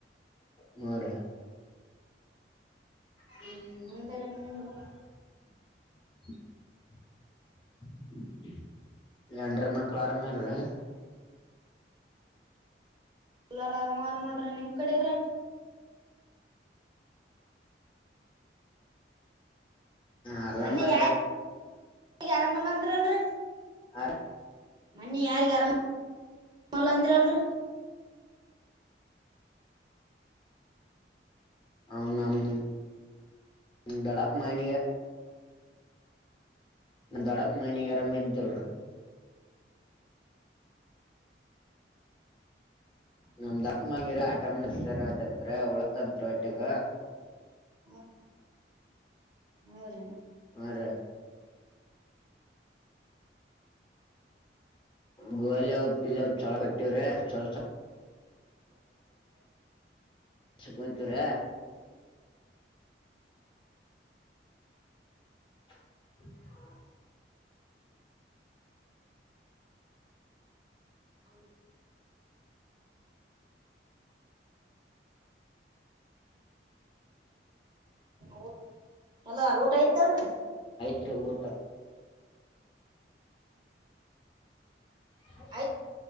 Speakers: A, on the left; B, on the right.
A: ಹ್ಮ್ ರಿ <unintelligible>
B: ಹ್ಮ್ ಮುಂದರಿ ನಿಮ್ಗ
A: ಹೇಂಡ್ರ್ ಮಕ್ಳ್ ಅರಮರಿ.
B: ಎಲ್ಲಾರ ಆರಾಮಾರ ನೋಡ್ರಿ ನಿಮ್ ಕಡೆರ
A: ಆರಾಮಾರ್ರಿ
B: ಮೊನ್ನೆ ಯ ಆರಾಮಲ್ಲ ಅಂದ್ರಲ್ರಿ.
A: ಆ ರಿ
B: ಮನ್ನಿ ಯಾರಿಗ್ ಗರಮ ಅಲ್ಲ ಅಂದ್ರಲ್ರಿ
A: ಹ ನಮ್ ದಡಪ್ಪ್ ಮಗನಿಗ ನಮ್ ದೊಡಪ್ಪ್ ಮಗ್ನಿಗ್ ಅರಾಮಿದ್ದಿಲ್ ನೋಡ್ರಿ. ನಮ್ದ ದೋಪ್ ಮಂಗಿಲ್ಲೆ ಆಟಮ <unintelligible> ಉಳತಂತ್ ಒಟ್ಟಗ
B: ವಾ ಹ್ರ
A: ಹರ ಗುಲಿ ಅವ ಪಿಲ್ಲ ಚಲ ಕೊಟ್ಟೀವ ರೇ ಚಲ ಚ ಕುಚರ ಹ
B: ಹೌ ಊ ಅಲ ಊಟ ಆಯ್ತ ಅದ್ರ
A: ತ್ರಗೂಟ ಹಾಯ್ತ
B: ಆಯ್ತ್